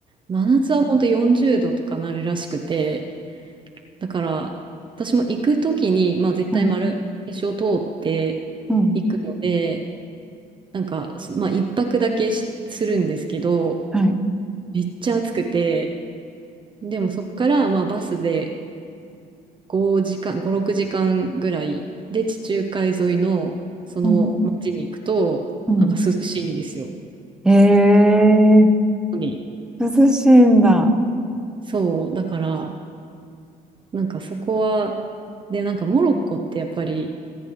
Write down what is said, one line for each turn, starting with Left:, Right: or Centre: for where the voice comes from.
Right: 真夏は本当40度とかなるらしくて、だから私も行くときに、まあ絶対マラケシュを通って
Centre: はいうん
Right: 行くので、なんか、すまあ、一泊だけしするんですけど、
Centre: はい
Right: めっちゃ暑くて、でもそこから、まあ、バスで5時間、5、6時間ぐらいで地中海沿いのその町に行くと、
Centre: うんうん
Right: なんか涼しいんですよ。
Centre: ええ
Right: に
Centre: 涼しいんだ。
Right: そう、だから、なんかそこは、で、なんかモロッコってやっぱり、